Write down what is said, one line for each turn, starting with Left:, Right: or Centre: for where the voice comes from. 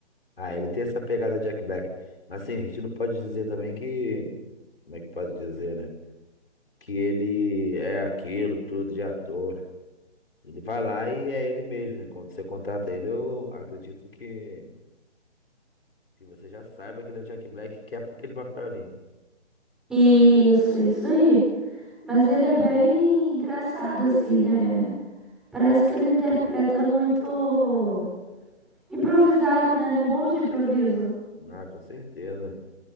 Left: ah, ele tem essa pegada Jack Black. Mas assim, a gente não pode dizer também que, como é que pode dizer, né? que ele é aquilo tudo de ator. Ele vai lá e é ele mesmo, né? Quando você contrata ele, eu acredito que, que você já saiba que ele é o Jack Black, que é para aquele papel ali.
Centre: Isso, isso aí. Mas ele é bem engraçado, assim, né? Parece que ele interpreta muito improvisado, né? Ele é bom de improviso.
Left: Ah, com certeza.